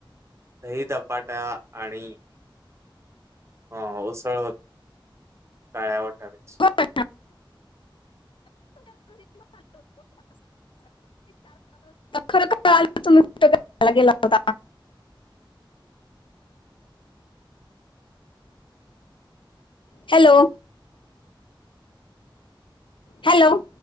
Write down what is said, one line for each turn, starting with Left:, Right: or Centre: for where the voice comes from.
Right: दही तपाटा आणि हा उसळ होती काळ्या वाटाळ्याची
Left: अच्छा खरंर आलं तु्ला गेला होता हॅलो हॅलो